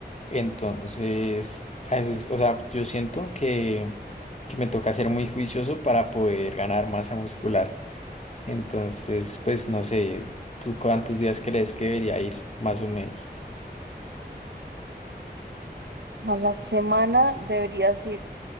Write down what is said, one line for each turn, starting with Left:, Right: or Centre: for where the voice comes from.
Left: Entonces, a veces, o sea, yo siento que, que me toca ser muy juicioso para poder ganar masa muscular. Entonces, pues no sé, ¿tú cuántos días crees que debería ir, más o menos?
Right: a la semana deberías ir.